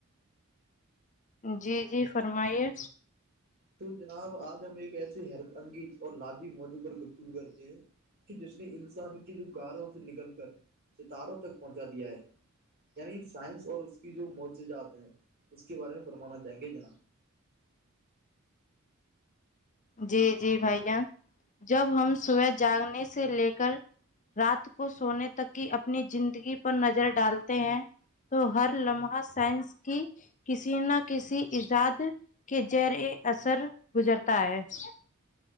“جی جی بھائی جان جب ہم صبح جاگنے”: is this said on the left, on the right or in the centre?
Left